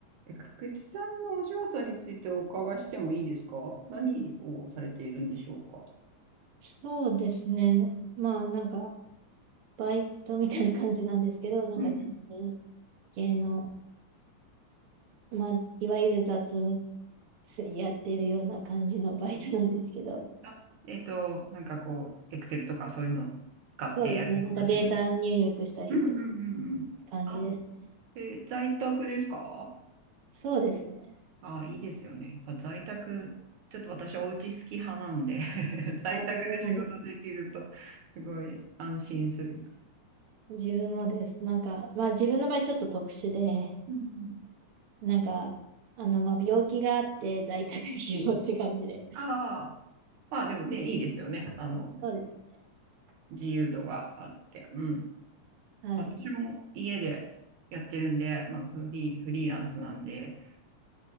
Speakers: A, on the right (about 70°); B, on the right (about 55°).
A: え、くつさんのお仕事についてお伺いしてもいいですか何をされているんでしょうか
B: そうですね。まあなんかバイトみたいな感じなんですけど、なんか自分
A: うんうん
B: 系の、まあいわゆる雑務やってるような感じのバイトなんですけど、
A: あ、えっと、なんかこう、エクセルとかそういうのを使ってやるような仕事。
B: そうですね。なんかデータ入力したりと
A: うんうんうんうん。
B: 感じです。
A: あ、え、在宅ですか
B: そうですね。
A: あ、いいですよね。やっぱ在宅、ちょっと私お家好き派なんで <laughs> 在宅で仕事できると、
B: あ、自分もです。
A: すごい安心する。
B: 自分もです。なんか、まあ自分の場合ちょっと特殊で、
A: うん
B: なんか、あの、まあ病気があって在宅希望って感じで。
A: うん。ああ、まあでもね、いいですよね。あの、
B: そうですね。
A: 自由度があって。うん。
B: はい。
A: 私も家でやってるんで、まあ、フリー、フリーランスなんで、